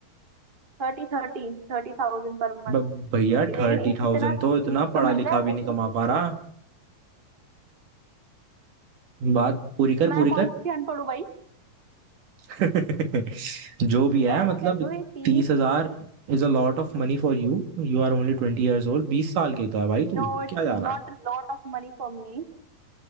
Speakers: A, on the right; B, on the right.
A: Thirty thirty Thirty thousand per month
B: भैया
A: लेकिन
B: थर्टी थाउजेंड
A: इतना तीस
B: तो इतना पढ़ा
A: तो मिल
B: लिखा
A: रहा है
B: भी
A: लेकिन
B: नहीं कमा पा रहा बात पूरी कर
A: तो मैं
B: पूरी
A: कौन
B: कर
A: सी अनपढ़ हूँ भाई
B: <laughs> जो भी है
A: मैं
B: मतलब
A: कह रही हूँ ये तीस
B: तीस हजार is a lot of money for you You are only ट्वेंटी years old बीस साल के तो है भाई तू
A: No it's
B: क्या जा
A: not
B: रहा है
A: a lot of money for me